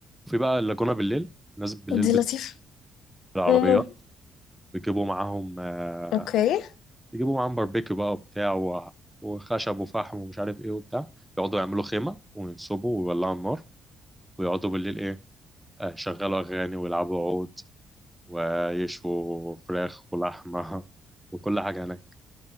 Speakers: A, in the centre; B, on the left.
A: وفي بقى اللاجونه بالليل الناس بالليل
B: دي
A: بت-
B: لطيفة
A: بالعربيات
B: امم
A: بيجيبوا معاهم آه،
B: اوكي
A: بيجيبوا معاهم باربيكيو بقى وبتاع و- وخشب وفحم ومش عارف ايه وبتاع يقعدوا يعملوا خيمه وينصبوا ويولعوا النار ويقعدوا بالليل ايه آه، يشغلوا اغاني ويلعبوا عود ويشووا فراخ ولحمه <laughs> وكل حاجه هناك